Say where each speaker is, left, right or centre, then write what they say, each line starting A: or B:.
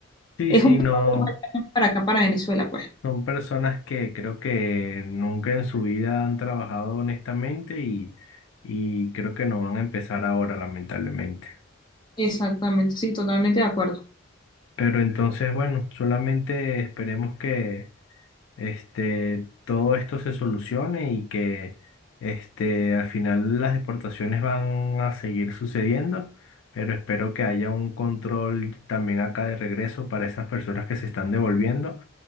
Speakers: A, on the left; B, on the left.
A: Sí,
B: es
A: sí,
B: un
A: no.
B: problema ya para acá, para Venezuela, pues.
A: Son personas que creo que nunca en su vida han trabajado honestamente y, y creo que no van a empezar ahora, lamentablemente.
B: Exactamente, sí, totalmente de acuerdo.
A: Pero entonces, bueno, solamente esperemos que este, todo esto se solucione y que este, al final las deportaciones van a seguir sucediendo, pero espero que haya un control también acá de regreso para esas personas que se están devolviendo,